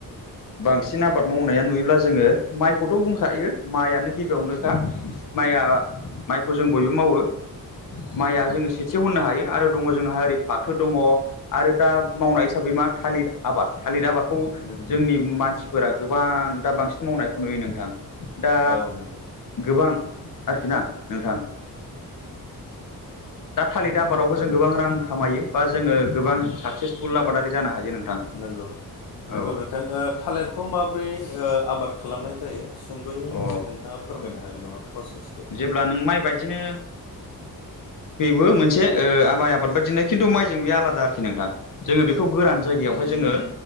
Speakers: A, on the left; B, on the left.
A: बांसिन आबाद मावनाया नुयोब्ला जोङो माइखौथ' बुंखायो माइयानो गिबियावनोखा माइआ माइखौ जों बयबो मावो माइया
B: नंगौ
A: जोङो सेथियाव होननो हायो आरो दङ जोंहा ओरै फाथो दङ आरो दा मावनाय हिसाबै मा थालिर आबाद थालिर आबादखौ
B: नों
A: जोंनि मानसिफोरा गोबां दा बांसिन मावनायखौ नुयो नोंथां दा
B: औ नंगौ
A: गोबां आरोखि ना नोंथां दा थालिर आबादावबो जों गोबां रां खामायो बा जोङो गोबां साक्सेसफुल आबादारि जानो हायो नोंथां
B: नंगौ नंगौ
A: औ
B: नोंथां थालिरखौ माबोरै आबाद खालामनाय जायो सुंद'यै
A: अ
B: नोंथाङा फोरमायनो हागोन नामा प्रसेसखौ
A: अब्ला नों माइ बायदिनो बेबो मोनसे ओ माइ आबाद बायदिनो खिन्थु माइजों बे आलादा आरोखि नोंथां जोङो बेखौ गोरान जायगायावहाय जोङो